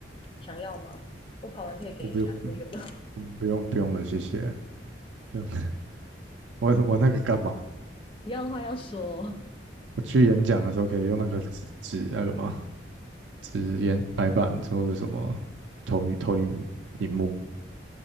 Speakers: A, on the left; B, on the right.
A: 想要吗？我跑完可以给你啊，
B: 我不用，嗯，
A: 我有的，
B: 不用不用了，谢谢。不用，<laughs> 我我那个干嘛？
A: <laughs> 你要的话要说，
B: 我去演讲的时候可以用那个纸纸那个吗？纸演白板或者什么投影投影荧幕，